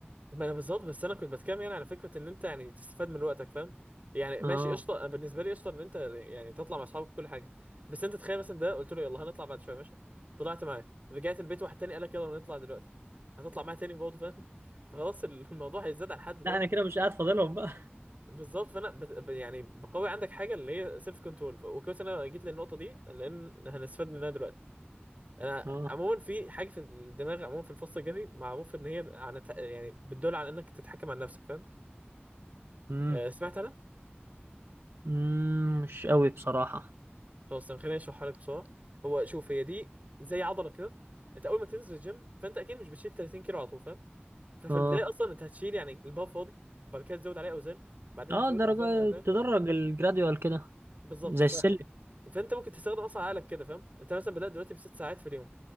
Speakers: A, on the right (about 40°); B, on the right (about 70°).
A: ما انا بالظبط بس انا كنت بتكلم يعني على فكره ان انت يعني تستفاد من وقتك فاهم يعني ماشي
B: اه
A: قشطه انا بالنسبه لي قشطه ان انت يعني تطلع مع اصحابك كل حاجه بس انت تخيل مثلا ده قلت له يلا هنطلع بعد شويه ماشي طلعت معاه رجعت البيت واحد تاني قال لك يلا نطلع دلوقتي هتطلع معاه تاني برضه فاهم <laughs> فخلاص الموضوع هيزداد على حد فاهم
B: لا انا كده مش قاعد فاضلهم
A: بالظبط فانا بت... ب- يعني بقوي عندك حاجه اللي هي سيلف كنترول وكويس إن انا جيت للنقطه دي لان هنستفاد منها دلوقتي انا
B: اه
A: عموما في حاجه في الدماغ عموما في الفص الجبهي معروف ان هي عن الت- يعني بتدل على انك تتحكم عن نفسك فاهم
B: امم
A: آه، سمعت انا
B: امم مش قوي بصراحة
A: خلاص طب خليني اشرحها لك بسرعه هو شوف هي دي زي عضله كده انت اول ما تنزل الجيم فانت اكيد مش بتشيل 30 كيلو على طول فاهم ففي
B: اه
A: البدايه اصلا انت هتشيل يعني البار فاضي بعد كده تزود عليه اوزان بعدين
B: اه
A: تزود
B: درجة
A: اوزان واوزان
B: تدرج الجراديوال كده
A: بالظبط
B: زي
A: ف...
B: السلم
A: فانت ممكن تستخدم اصلا عقلك كده فاهم انت مثلا بدات دلوقتي بست ساعات في اليوم